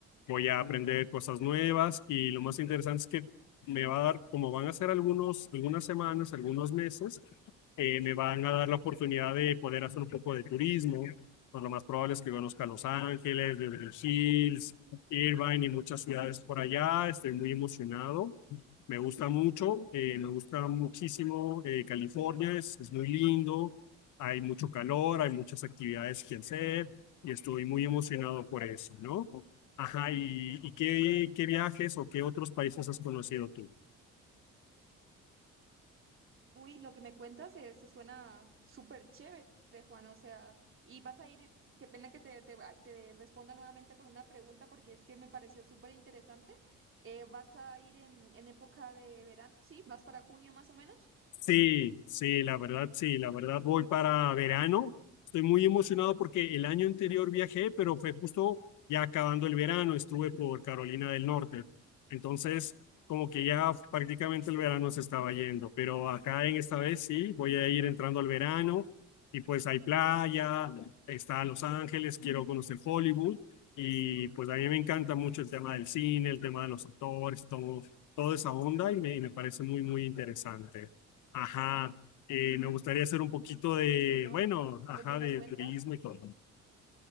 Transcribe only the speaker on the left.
voy a aprender cosas nuevas y lo más interesante es que me va a dar, como van a ser algunos, algunas semanas, algunos meses, eh, me van a dar la oportunidad de poder hacer un poco de turismo. Pues lo más probable es que conozca Los Ángeles, Beverly Hills, Irvine y muchas ciudades por allá. Estoy muy emocionado. Me gusta mucho, eh, me gusta muchísimo eh, California, es, es muy lindo, hay mucho calor, hay muchas actividades que hacer y estoy muy emocionado por eso, ¿no? Ajá, ¿y, y qué, qué viajes o qué otros países has conocido tú?
Sí, sí, la verdad, sí, la verdad voy para verano. Estoy muy emocionado porque el año anterior viajé, pero fue justo ya acabando el verano, estuve por Carolina del Norte. Entonces, como que ya prácticamente el verano se estaba yendo, pero acá en esta vez sí, voy a ir entrando al verano y pues hay playa, está Los Ángeles, quiero conocer Hollywood y pues a mí me encanta mucho el tema del cine, el tema de los actores, todo, toda esa onda y me, y me parece muy, muy interesante. Ajá, eh, me gustaría hacer un poquito de,
bueno,
ajá,
de
turismo y todo.